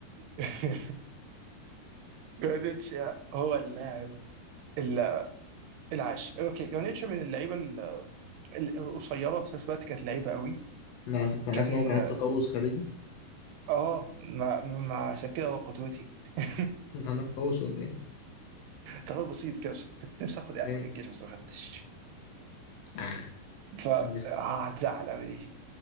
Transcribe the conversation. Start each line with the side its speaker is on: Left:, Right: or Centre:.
Right: <laughs> جارنيتشا هو اللاعب ال- العاشر اوكي جارنيتشا من اللعيبه ال- القصيره في نفس الوقت كانت لعيبه قوي
Left: ما انت عارف
Right: كان
Left: ان هو كان عنده تقوس خارجي
Right: اه ما, ما عشان كده هو قدوتي <laughs>
Left: انت عندك تقوس ولا ايه؟
Right: تغير بسيط كده عشان كنت نفسي اخد اعفاء
Left: ايه
Right: في الجيش بس ما خدتش
Left: آه.
Right: فهتزعل
Left: بس-
Right: قوي دي